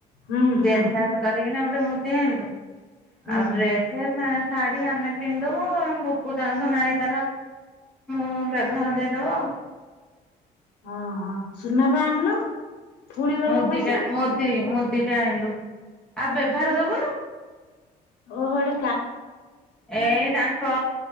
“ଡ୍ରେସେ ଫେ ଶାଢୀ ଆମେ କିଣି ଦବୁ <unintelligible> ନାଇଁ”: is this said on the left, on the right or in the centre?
Centre